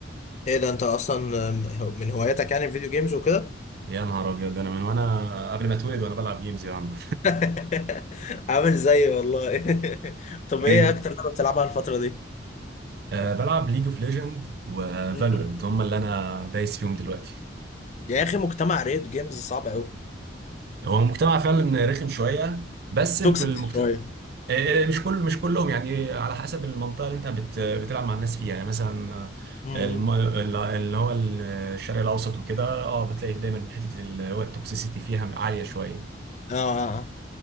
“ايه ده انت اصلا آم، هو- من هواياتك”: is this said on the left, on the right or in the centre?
Left